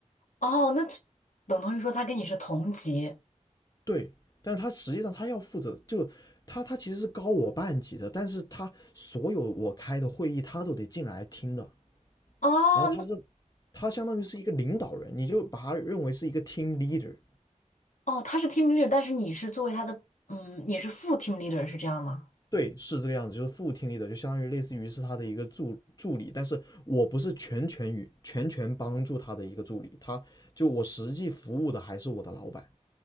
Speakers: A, on the left; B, on the left.
A: 哦，那等同于说他跟你是同级
B: 对，但是他实际上他要负责，就他他其实是高我半级的，但是他所有我开的会议他都得进来听的。
A: 哦，
B: 然后他是，
A: 那
B: 他相当于是一个领导人，你就把他认为是一个 team leader。
A: 哦，他是 team leader，但是你是作为他的嗯，你是副 team leader 是这样吗？
B: 对，是这个样子，就是副 team leader，就相当于类似于是他的一个助助理，但是我不是全权与全权帮助他的一个助理，他就我实际服务的还是我的老板。